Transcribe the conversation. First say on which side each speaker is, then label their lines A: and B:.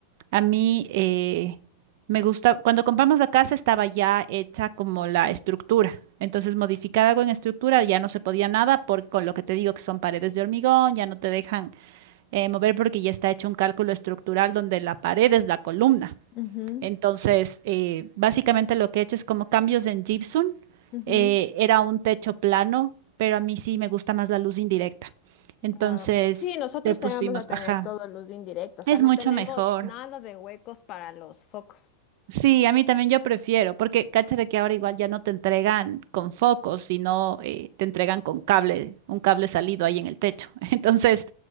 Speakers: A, on the right; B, on the left.
A: a mí eh, me gusta, cuando compramos la casa estaba ya hecha como la estructura, entonces modificar algo en estructura ya no se podía nada por, con lo que te digo que son paredes de hormigón, ya no te dejan eh, mover porque ya está hecho un cálculo estructural donde la pared es la columna.
B: ujú,
A: Entonces, eh, básicamente lo que he hecho es como cambios en gypsum.
B: ujú.
A: eh, era un techo plano, pero a mí sí me gusta más la luz indirecta. Entonces,
B: Ah, sí, nosotros
A: le pusimos,
B: te vamos a tener
A: ajá,
B: todo luz de indirecta, o sea,
A: es
B: no
A: mucho
B: tenemos
A: mejor.
B: nada de huecos para los focos.
A: Sí, a mí también yo prefiero, porque cáchate que ahora igual ya no te entregan con focos, sino eh, te entregan con cable, un cable salido ahí en el techo. <laughs> Entonces